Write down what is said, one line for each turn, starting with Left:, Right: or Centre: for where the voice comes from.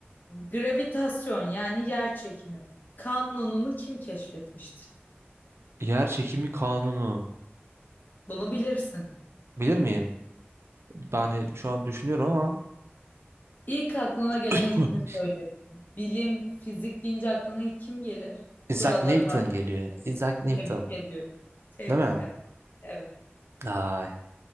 Left: gravitasyon yani yer çekimi kanununu kim keşfetmiştir?
Right: Yer çekimi kanunu.
Left: Bunu bilirsin.
Right: Bilir miyim? Yani şu an düşünüyorum ama
Left: İlk aklına gelen
Right: <laughs>
Left: ismi söyle. Bilim, fizik deyince aklına ilk kim gelir?
Right: Isaac
Left: Kuralları
Right: Newton geliyor. Isaac Newton.
Left: Tebrik ediyorum. Tebrikler.
Right: Değil mi?
Left: Evet.
Right: Ay.